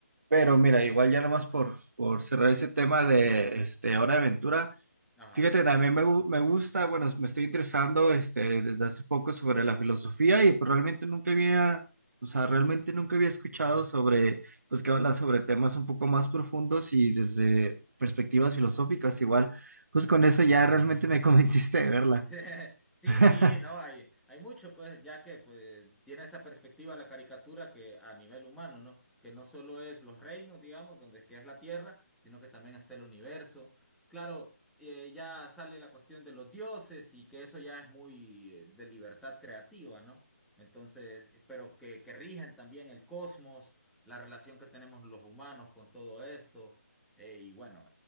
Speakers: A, on the right; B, in the centre.
A: pero mira, igual ya nomás por, por cerrar ese tema de este, Hora de Aventura.
B: Ajá.
A: Fíjate, también me, gu- me gusta, bueno, me estoy interesando este, desde hace poco sobre la filosofía y pues, realmente nunca había, o sea, realmente nunca había escuchado sobre, pues que habla sobre temas un poco más profundos y desde perspectivas filosóficas igual, pues con eso ya realmente me <laughs> convenciste de verla.
B: <laughs> Sí,
A: <laughs>
B: sí, no, hay, hay mucho, pues, ya que pues tiene esa perspectiva la caricatura que a nivel humano, ¿no? Que no solo es los reinos, digamos, donde es que es la Tierra, sino que también está el universo. Claro, eh, ya sale la cuestión de los dioses y que eso ya es muy eh, de libertad creativa, ¿no? Entonces, eh, pero que, que rigen también el cosmos, la relación que tenemos los humanos con todo esto, eh, y bueno,